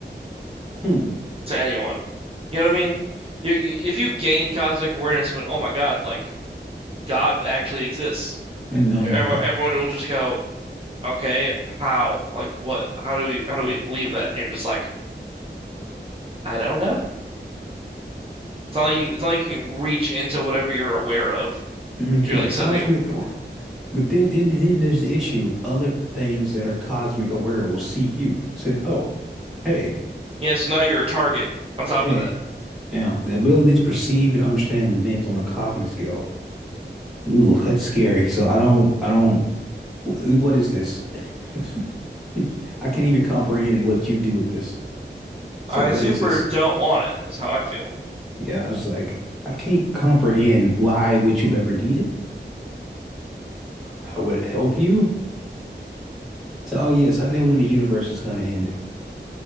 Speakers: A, in the centre; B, on the right.
A: hmm.
B: to anyone? You know what I mean? You if you gain cosmic awareness, when oh my God, like God actually exists,
A: And um,
B: everyone,
A: uh,
B: everyone will just go, okay, how? Like what? How do we how do we believe that? And you're just like, I don't know. It's not like you, it's not like you can reach into whatever you're aware of.
A: okay,
B: You're like
A: cosmic.
B: suddenly,
A: aw- But then, and then there's the issue. Other things that are cosmic aware will see you. Say, oh, hey,
B: yeah. So now you're a target. On top
A: hey.
B: of that,
A: Now, the ability to perceive and understand events on a cosmic scale. Ooh, that's scary. So I don't. I don't. wh- What is this? <laughs> I can't even comprehend what you do with this. So
B: I
A: what
B: super
A: is this?
B: don't want it. Is how I feel.
A: Yeah, I was like, I can't comprehend why would you ever need it? How would it help you? So, oh yes, I know when the universe is gonna end.